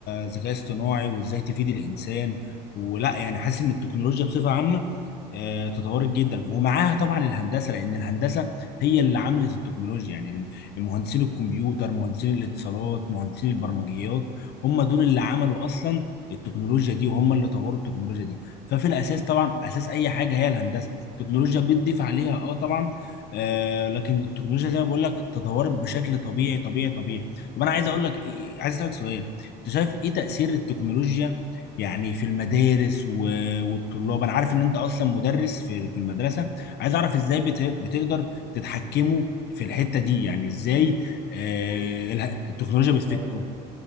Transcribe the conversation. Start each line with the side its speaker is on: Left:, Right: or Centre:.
Left: ذكاء اصطناعي وازاي تفيد الانسان ولا يعني حاسس ان التكنولوجيا بصفة عامة آه، تطورت جدا ومعاها طبعا الهندسه لان الهندسه هي اللي عملت التكنولوجيا يعني مهندسين الكمبيوتر مهندسين الاتصالات مهندسين البرمجيات هم دول اللي عملوا اصلا التكنولوجيا دي وهم اللي طوروا التكنولوجيا دي ففي الاساس طبعا اساس اي حاجه هي الهندسه التكنولوجيا بتضيف عليها اه طبعا آه لكن التكنولوجيا زي ما بقول لك تطورت بشكل طبيعي طبيعي طبيعي طب انا عايز اقول لك إيه- عايز اسالك سؤال انت شايف ايه تاثير التكنولوجيا يعني في المدارس و... والطلاب انا عارف ان انت اصلا مدرس في في المدرسه عايز اعرف ازاي بت- بتقدر تتحكموا في الحته دي يعني ازاي آه،
Right: بص
Left: الها- التكنولوجيا
Right: بص
Left: بتفيدكم
Right: هقول لك